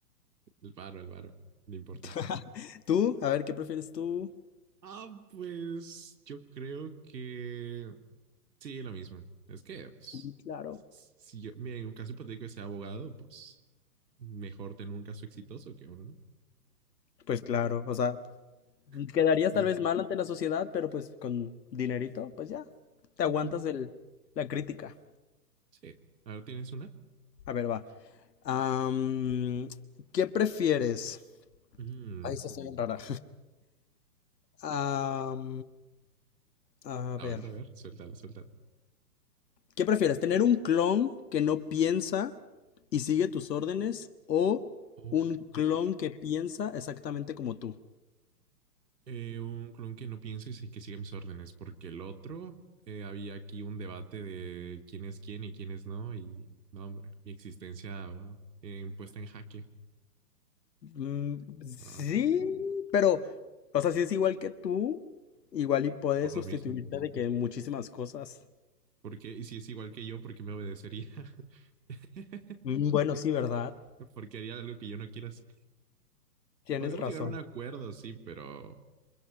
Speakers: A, on the right; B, on the left.
A: El varo, el varo, lo importante.
B: <laughs> Tú, a ver, ¿qué prefieres tú?
A: Ah, pues yo creo que Sí, lo mismo. Es que, pues,
B: Sí, claro.
A: si yo, mira, en un caso hipotético de ser abogado, pues mejor tener un caso exitoso que uno, ¿no?
B: Pues claro, o sea,
A: <laughs>
B: quedarías
A: Listo.
B: tal vez mal ante la sociedad, pero pues con dinerito, pues ya, te aguantas
A: Ujú.
B: el, la crítica.
A: Sí. A ver, ¿tienes una?
B: A ver, va. Am, ¿qué prefieres?
A: Mm,
B: Ay, se está bien rara. Am, a
A: A
B: ver,
A: ver, a ver, suéltala, suéltala.
B: ¿qué prefieres? ¿Tener un clon que no piensa y sigue tus órdenes o
A: Ok.
B: un clon que piensa exactamente como tú?
A: Eh, un clon que no piense y sí, que siga mis órdenes, porque el otro, eh, había aquí un debate de quién es quién y quién es no, y no, hombre, mi existencia va eh, puesta en jaque.
B: Mm, sí,
A: No, no,
B: pero, o sea, si es igual que tú, igual y puedes
A: por lo
B: sustituirte
A: mismo.
B: de que en muchísimas cosas.
A: Porque y si es igual que yo, ¿por qué me obedecería? <laughs>
B: Mm, Bueno, sí, ¿verdad?
A: Porque haría algo que yo no quiera hacer.
B: Tienes
A: Podremos
B: razón.
A: llegar a un acuerdo, sí, pero